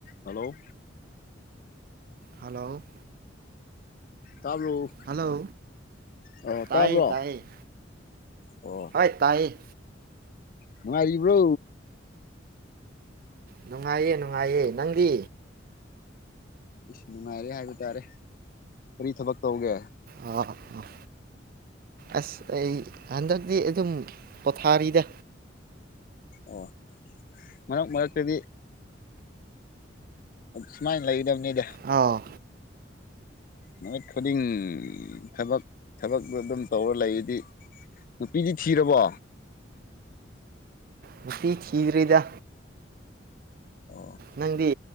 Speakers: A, on the left (about 45°); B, on the right (about 50°).
A: ꯍꯜꯂꯣ
B: ꯍꯜꯂꯣ
A: ꯇꯥꯕ꯭ꯔꯣ
B: ꯍꯜꯂꯣ
A: ꯑꯣ
B: ꯇꯥꯏ
A: ꯇꯥꯕ꯭ꯔꯣ
B: ꯇꯥꯏꯌꯦ
A: ꯑꯣ
B: ꯍꯣꯏ ꯇꯥꯏꯌꯦ
A: ꯅꯨꯡꯉꯥꯏꯔꯤꯕ꯭ꯔꯣ
B: ꯅꯨꯡꯉꯥꯏꯌꯦ ꯅꯨꯡꯉꯥꯏꯌꯦ ꯅꯪꯗꯤ
A: ꯅꯨꯡꯉꯥꯏꯔꯦ ꯍꯥꯏꯕ ꯇꯥꯔꯦ ꯀꯔꯤ ꯊꯕꯛ ꯇꯧꯒꯦ
B: ꯑꯥ ꯑꯥ ꯑꯥ ꯑꯁ ꯑꯩ ꯍꯟꯗꯛꯇꯤ ꯑꯗꯨꯝ ꯄꯣꯊꯥꯔꯤꯗ
A: ꯑꯣ ꯃꯔꯛ ꯃꯔꯛꯇꯗꯤ ꯁꯨꯃꯥꯏ ꯂꯩꯗꯝꯅꯤꯗ
B: ꯑꯥꯎ
A: ꯅꯨꯃꯤꯠ ꯈꯨꯗꯤꯡ ꯊꯕꯛ ꯊꯕꯛꯇꯣ ꯑꯗꯨꯝ ꯇꯧꯔ ꯂꯩꯗꯤ ꯅꯨꯄꯤꯗꯤ ꯊꯤꯔꯕꯣ
B: ꯅꯨꯄꯤ ꯊꯤꯗ꯭ꯔꯤꯗ
A: ꯑꯣ
B: ꯅꯪꯗꯤ